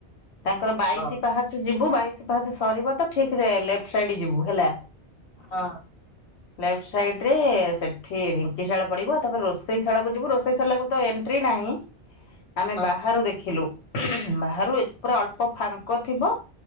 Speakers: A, on the left; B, on the left.
A: ତାଙ୍କର ବାଇଶି
B: ହଁ
A: ପାହାଛ ଯିବୁ ବାଇଶି ପାହାଚ ସରିବ ତ ଠିକ୍ ରେ ଲେପ୍ଟ ସାଇଡ୍ ଯିବୁ ହେଲା।
B: ହଁ।
A: ଲେଫ୍ଟ ସାଇଡ ରେ ସେଠି ଢିଙ୍କିଶାଳ ପଡିବ ତାପରେ ରୋଷେଇ ଶାଳା କୁ ଯିବୁ ରୋଷେଇ ଶାଳାକୁ ତ ଏଣ୍ଟ୍ରି ନାହିଁ ଆମେ
B: ହଁ
A: ବାହାରୁ
B: ହଁ।
A: ଦେ ଖିଲୁ ଉଁ ବାହାରୁ ଏତ ପୁରା ଅଳ୍ପ ଫାଙ୍କ ଥିବ